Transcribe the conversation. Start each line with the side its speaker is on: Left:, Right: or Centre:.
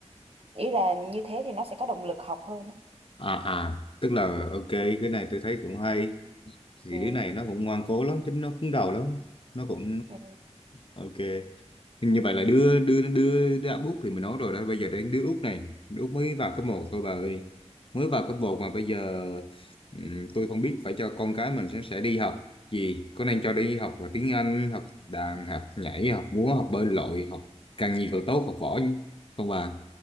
Right: ý là như thế thì nó sẽ có động lực học hơn á.
Left: à à tức là ok cái này tôi thấy cũng hay thì
Right: ừ.
Left: đứa này nó cũng ngoan cố lắm tính nó cứng đầu lắm nó cũng
Right: Ừ.
Left: ok Nhưng như vậy là đưa đưa đưa đứa Úc thì mình nói rồi đó bây giờ đến đứa Úc này đứa Úc mới vào cấp 1 thôi bà ơi mới vào cấp 1 mà bây giờ ừm, tôi không biết phải cho con cái mình sẽ, sẽ đi học gì có nên cho đi học về tiếng Anh học đàn học nhảy học múa học bơi lội học càng nhiều càng tốt học võ không bà